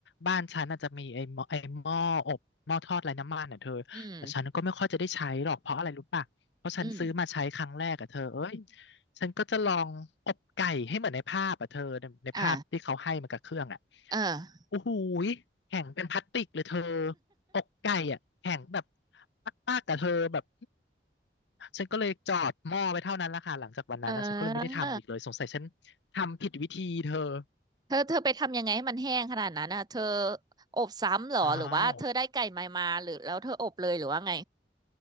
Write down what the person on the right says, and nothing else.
อืมอืม
อ่า เออ
เออ
เธอเธอไปทำยังไงให้มันแห้งขนาดนั้นอ่ะเธออบซ้ำเหรอหรือว่าเธอได้ไก่ใหมามาหรือแล้วเธออบเลยหรือว่าไง